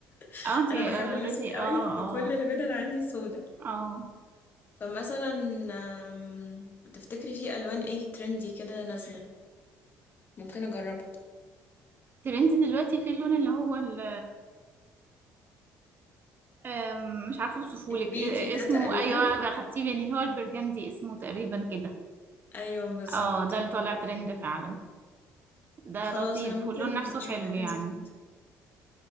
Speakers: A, on the left; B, on the right.
A: <laughs>
B: اه انتي
A: أنا بحب
B: اوريدي
A: الأسود
B: اه
A: قوي فكل
B: اه
A: البدل عندي سودة
B: اه
A: فمثلا أم، تفتكري في ألوان إيه ترندي كده نازلة ممكن اجربها
B: ترندي دلوقتي في اللون اللي هو ال- آم، مش عارفة اوصفهولك
A: البيتي
B: إيه- إيه
A: ده
B: اسمه
A: تقريبا
B: ايوه اخدتيه مني اللي هو البرجندي اسمه تقريبا كده
A: أيوه بالظبط
B: اه ده اللي طالع ترند فعلا ده
A: خلاص
B: لطيف
A: أنا ممكن
B: واللون نفسه
A: أشوف
B: حلو
A: حاجة
B: يعني
A: زي كده